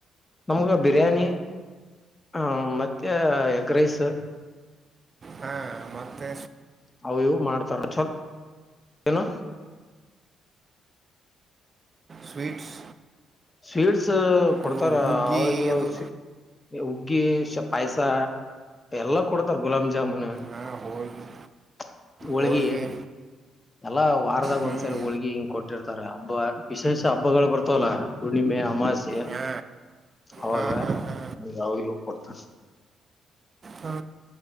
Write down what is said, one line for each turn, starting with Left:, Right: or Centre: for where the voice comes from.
Left: ನಮ್ಗ ಬಿರಿಯಾನಿ ಹಾ ಮತ್ತೆ ಎಗ್ ರೈಸ.
Right: ಹಾ ಮತ್ತೆ
Left: ಅವ್ ಇವು ಮಾಡ್ತಾರ ಚೊರ್ ಏನು.
Right: ಸ್ವೀಟ್ಸ್.
Left: ಶೀಡ್ಸ್ ಸು ಕೊಡ್ತಾರ
Right: ಇವು ಹುಗ್ಗಿ
Left: ಆವಗ ಇವಾಗ
Right: ಅದು
Left: ಸಿ <unintelligible> ಉ ಗೀಸ್ ಪಾಯ್ಸ ಎಲ್ಲಾ ಕೊಡ್ತಾರ ಗುಲಂಜ ಜಾಮೂನು
Right: ಹಾಂ ಹೋಳ್ಗೆ
Left: <unintelligible> ಹೋಳ್ಗಿ
Right: ಹೋಳ್ಗೆ
Left: <unintelligible> ಎಲ್ಲ ವಾರ್ದಗ
Right: ಹ್ಮ್.
Left: ಒಂದ್ಸರಿ ಹೋಳ್ಗಿ ಹಿಂಗ ಕೊಟ್ಟಿರ್ ತರೆ ಹಬ್ಬ ವಿಶೇಷ ಹಬ್ಬಗಳು ಬರ್ತವಲ ಹುಣ್ಣಿಮಿ ಅಮಾಸ್ಯೆ <unintelligible>
Right: ಹಾ.
Left: ಅವಾಗ
Right: ಹಾ, ಹಾ, ಹಾ.
Left: ಅವ್ ಇವು ಕೊಡ್ತಾರ.
Right: ಹಾ.